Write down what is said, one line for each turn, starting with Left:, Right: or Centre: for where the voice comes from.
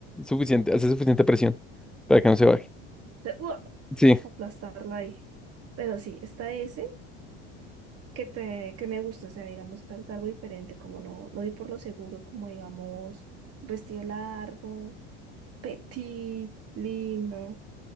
Centre: suficiente, hace suficiente presión para que no se baje.
Right: Te- ¡Uah!
Centre: Sí.
Right: Aplastarla ahí. Pero sí, está ese que te, que me gusta, o sea, digamos, tal algo diferente, como no, no ir por lo seguro, como digamos, un vestido largo, petit, lindo. O